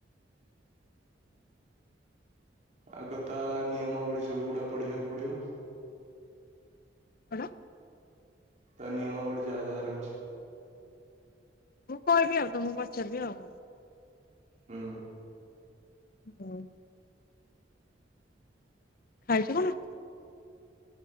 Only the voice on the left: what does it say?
ହ୍ୟାଲୋ।
ମୁଁ କହିବି ଆଉ ତମକୁ ପଚାରିବି ଆଉ।
ହୁଁ। ଖାଇଛ କଣ?